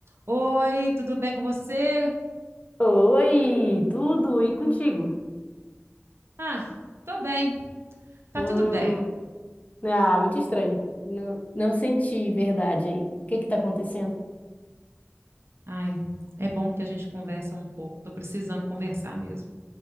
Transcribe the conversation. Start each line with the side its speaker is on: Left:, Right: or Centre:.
Right: Oi, tudo bem com você?
Left: Oi, tudo e contigo?
Right: Ah, tô bem, tá
Left: Hum,
Right: tudo bem.
Left: ah, muito estranho. Não, não senti verdade aí. O que que tá acontecendo?
Right: Ai, é bom que a gente conversa um pouco, tô precisando conversar mesmo.